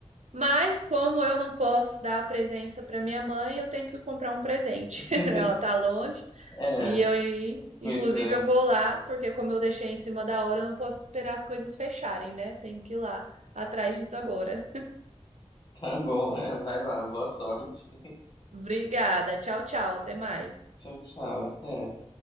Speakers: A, on the right; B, on the left.
A: Mas como eu não posso dar a presença pra minha mãe, eu tenho que comprar um presente.
B: <laughs>
A: <laughs> Ela tá longe.
B: É,
A: E eu, aí, inclusive,
B: pois é.
A: eu vou lá, porque como eu deixei em cima da hora, eu não posso esperar as coisas fecharem, né? Tenho que ir lá atrás disso agora.
B: Tá bom, é, vai lá, boa sorte.
A: <laughs> Obrigada. Tchau, tchau. Até mais.
B: Tchau, tchau, até.